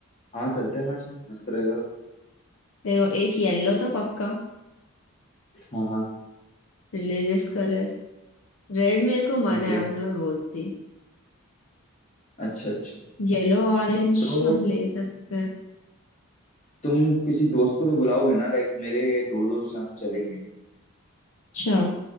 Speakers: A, on the left; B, on the left.
A: हाँ करते हैं मैच मस्त रहेगा
B: देखो एक येलो तो पक्का
A: हाँ हाँ
B: रिलीजियस कलर रेड मेरे को मना
A: ओके
B: है वरना मैं बोलती
A: अच्छा अच्छा
B: येलो ऑरेंज
A: तो
B: हम ले सकते हैं
A: तुम किसी दोस्त को तो बुलाओगे ना लाइक मेरे दो दोस्त यहाँ से चलेंगे
B: अच्छा